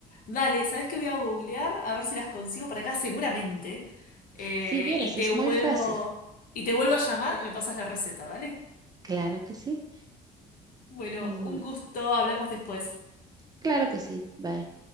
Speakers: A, on the left; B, on the right.
A: Dale, ¿sabés qué voy a googlear? A ver si las consigo para acá seguramente. Eh,
B: Si vieras,
A: y te
B: es
A: vuelvo,
B: muy fácil.
A: y te vuelvo a llamar y me pasas la receta, ¿dale?
B: Claro que sí.
A: Bueno,
B: Mm,
A: un gusto, hablamos después.
B: claro que sí. Bye.